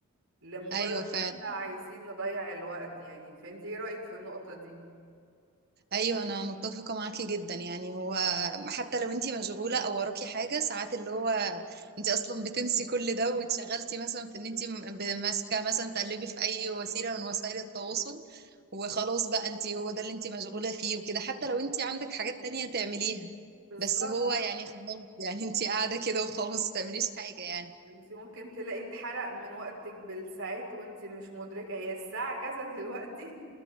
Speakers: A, on the right (about 65°); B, on the right (about 45°).
A: لمجرد
B: ايوه فعلا
A: ان احنا عايزين نضيع الوقت يعني فانت ايه رأيك في النقطة دي؟
B: ايوه انا متفقه معاكي جدا يعني هو حتى لو انتي مشغوله او وراكي حاجه ساعات اللي هو انتي اصلا بتنسي كل ده واتشغلتي مثلا في ان انتي م- ب- ماسكه مثلا تقلبي في اي وسيله من وسائل التواصل وخلاص بقى انتي هو ده اللي انتي مشغوله فيه وكده حتى لو انتي عندك حاجات تانية تعمليها
A: بالظبط
B: بس هو يعني خلاص يعني انتي قاعده كده وخلاص ما تعمليش حاجه يعني
A: انت ممكن تلاقي اتحرق من وقتك بالساعات وانت مش مدركة هي الساعة كذا دلوقتي